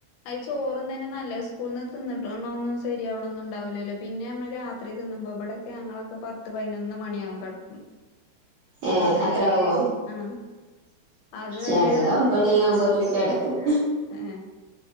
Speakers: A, on the left; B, on the right.
A: അയ് ചോറ്ന്നന്നെ നല്ല സ്കൂള നിന്ന് തിന്നിട്ടു ഒന്നും ശരിയാവണൊന്നും ഉണ്ടാവില്ലല്ലോ പിന്നെ നമ്മള് രാത്രി തിന്നുമ്പോ ഇബിടൊക്കെ ഞങ്ങളൊക്കെ പത്ത് പതിനൊന്ന് മണിയാവും കിടക്കു അപ്പൊ
B: ഏഹ്
A: അതുവരെ
B: അത്രാവോ
A: ആ അതുവരെ
B: ഞങ്ങള്
A: നിക്കാണ്
B: ഒമ്പണി ആവുമ്പോത്തിന് കെടക്കും
A: ഏ